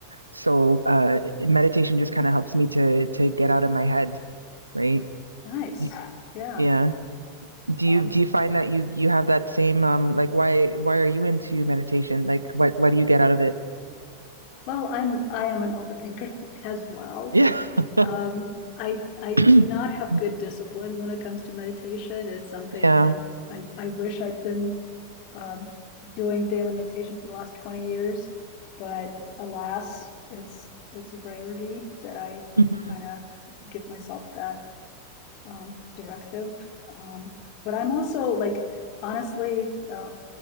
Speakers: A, on the right; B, on the left.
A: So, uh meditation just kind of helps me to to get out of my head, right?
B: Nice.
A: Y-
B: Yeah.
A: Yeah. Do
B: Um,
A: you do you find that you you have that same um like why why are you into meditation? Like what what do you get out of it?
B: well, I'm I am an overthinker <laughs> as well.
A: Yeah. <laughs>
B: Um, I I do
A: <clears throat>
B: not have good discipline when it comes to meditation. It's something
A: Yeah.
B: I I, I wish I'd been um, doing daily meditation for the last 20 years, but alas, it's it's a rarity that I
A: Mhm.
B: kind of give myself that um, directive. Um, but I'm also like honestly, uh,